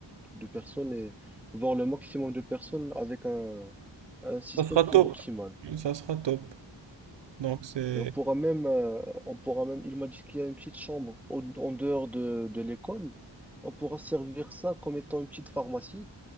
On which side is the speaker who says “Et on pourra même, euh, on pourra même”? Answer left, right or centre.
Centre